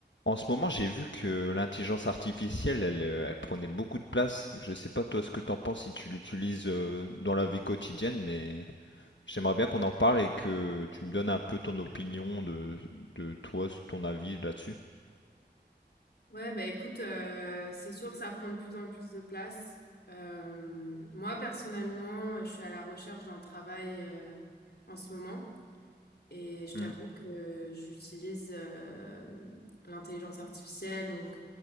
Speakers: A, on the left (about 80°); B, on the left (about 60°).
A: En ce moment, j'ai vu que l'intelligence artificielle, elle, euh, elle prenait beaucoup de place. Je sais pas toi ce que t'en penses si tu l'utilises euh, dans la vie quotidienne, mais j'aimerais bien qu'on en parle et que tu me donnes un peu ton opinion de, de toi, ton avis là-dessus.
B: Ouais, bah écoute, euh, c'est sûr que ça prend de plus en plus de place. Euh, moi, personnellement, euh, je suis à la recherche d'un travail euh, en ce moment et je t'avoue
A: Hmm.
B: que j'utilise euh, l'intelligence artificielle, donc